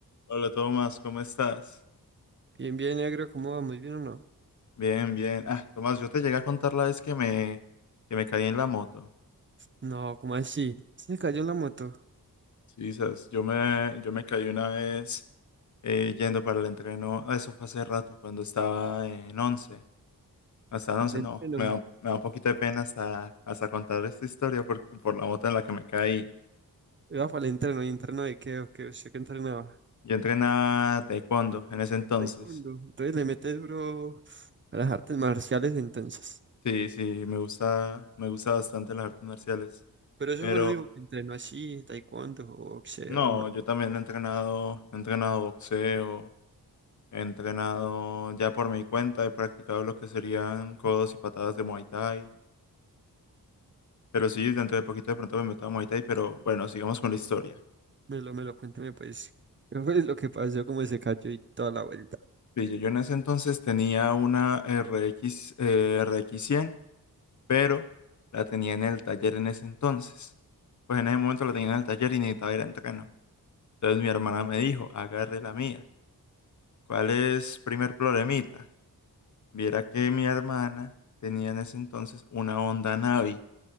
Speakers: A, on the left; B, on the right.
A: Hola Tomás, ¿cómo estás?
B: Bien, bien, negro, ¿cómo va? ¿Muy bien o no?
A: Bien, bien. Ah, Tomás, yo te llegué a contar la vez que me, que me caí en la moto.
B: No, ¿cómo así? Se cayó en la moto.
A: Sí, sabes, yo me, yo me caí una vez eh, yendo para el entreno. ah, Eso fue hace rato, cuando estaba en 11. Hasta en
B: Para
A: 11, no.
B: el entreno.
A: Me da, me da un poquito de pena hasta, hasta contar esta historia por, por la moto en la que me caí.
B: Iba para el entreno y entreno de qué, o qué, usted qué entrenaba.
A: Yo entrenaba taekwondo en ese entonces.
B: Taekwondo. Entonces le mete duro a las artes marciales entonces.
A: Sí, sí, me gusta, me gusta bastante las artes marciales.
B: Pero eso
A: Pero
B: fue lo único que entrenó así, taekwondo, boxeo,
A: No,
B: o ma-
A: yo también he entrenado, he entrenado boxeo, he entrenado ya por mi cuenta, he practicado lo que serían codos y patadas de Muay Thai. Pero sí, dentro de poquito de pronto me meto a Muay Thai, pero bueno, sigamos con la historia.
B: me lo, me lo cuéntame pues. ¿Qué fue lo que pasó, cómo se cayó y toda la vuelta?
A: Sí, Yo yo en ese entonces tenía una RX, eh, RX100, pero la tenía en el taller en ese entonces. Pues en ese momento la tenía en el taller y necesitaba ir a entreno. Entonces mi hermana me dijo, agarre la mía. ¿Cuál es primer problemita? Viera que mi hermana tenía en ese entonces una Honda Navi.